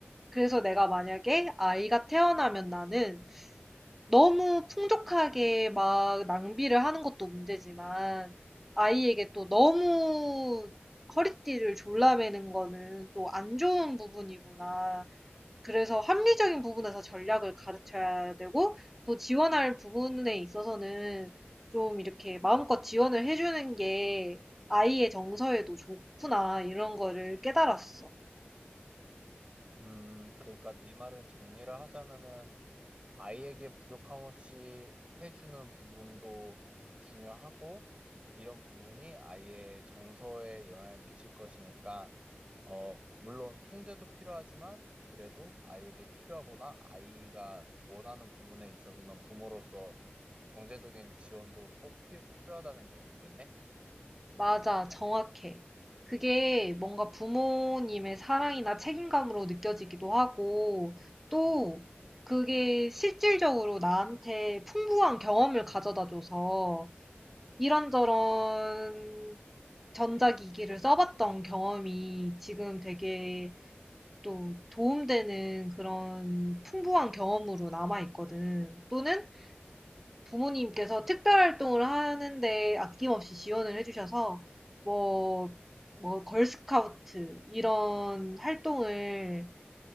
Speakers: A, in the centre; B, on the right.
A: 그래서 내가 만약에 아이가 태어나면 나는 너무 풍족하게 막 낭비를 하는 것도 문제지만 아이에게 또 너무 허리띠를 졸라매는 거는 또 안 좋은 부분이구나. 그래서 합리적인 부분에서 전략을 가르쳐야 되고 또 지원할 부분에 있어서는 좀 이렇게 마음껏 지원을 해주는 게 아이의 정서에도 좋구나 이런 거를 깨달았어.
B: 음, 그러니까 네 말은 정리를 하자면은 아이에게 부족함 없이 해주는 부분도 중요하고, 이런 부분이 아이의 정서에 영향을 미칠 것이니까, 어, 물론 통제도 필요하지만, 그래도 아이에게 필요하거나 아이가 원하는 부분에 있어서는 부모로서 경제적인 지원도 꼭 필요하다는 내용이겠네?
A: 맞아, 정확해. 그게 뭔가 부모님의 사랑이나 책임감으로 느껴지기도 하고, 또 그게 실질적으로 나한테 풍부한 경험을 가져다 줘서, 이런저런 전자기기를 써봤던 경험이 지금 되게 또 도움되는 그런 풍부한 경험으로 남아있거든. 또는 부모님께서 특별 활동을 하는데 아낌없이 지원을 해 주셔서 뭐 뭐 걸스카우트 이런 활동을